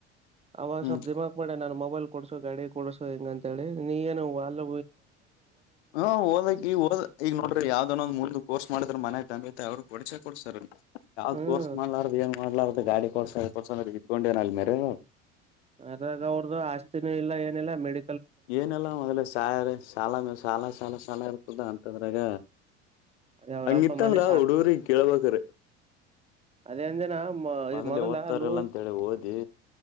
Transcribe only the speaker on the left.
ಹ್ಮ್
ಹಾ ಓದಕ್ ಈ ಹಓದ್ ಈಗ ನೋಡ್ರಿ ಯಾವ್ದನೊಂದ್ ಮುಂದ. ಕೋರ್ಸ್ ಮಾಡಿದ್ರ ಮನೆ ತಂಗೈತೆ ಅವ್ರು ಕೊಡಸೆ ಕೊಡ್ಸರ್ ಯಾವ್ದ್
ಕೋರ್ ಮಾಡಲಾರಂಗ. ನೋಡ್ಲಾರ್ದ ಗಾಡಿ ಕೊಡ್ಸ ಕೊಡ್ಸಂದ್ರೆ ಇದತ್ಕೊಂಡೇವನ ಅಲ್ಲಿ ಮೇರೆ.
ಏನೆಲ್ಲ ಮೊದಲ ಸ ಸಾಲ ಸಾಲ ಸಾಲ ಸಾಲ ಇರ್ತದ ಅಂತದ್ರಾಗ.
ಹಂಗಿತ್ತಂಗಲ್ಲಾ
ಒಡುೂರಿ ಕಳಬೇಕಕರೆ.
ಮೊದ್ಲೆೇ
ಓದ್ತಾರಲ್ಲ
ಅಂತೇಳಿ ಓದಿ